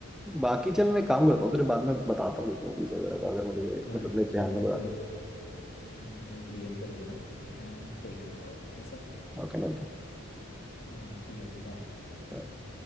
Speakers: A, in the centre; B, on the left.
A: बाकी चल मैं काम करता हूँ तेरे बाद में बताता हूँ कुछ मूवीज वगैरह का, अगर मुझे कोई-
B: हाँ
A: मतलब
B: यार
A: मेरे
B: चल
A: ध्यान
B: मेरे
A: में बताते
B: को मेरे को डीएम कर देना मैं देख लूंगा उन्हें कैसा
A: ओके मिलता
B: हाँ ठीक है अच्छा बाय
A: हूँ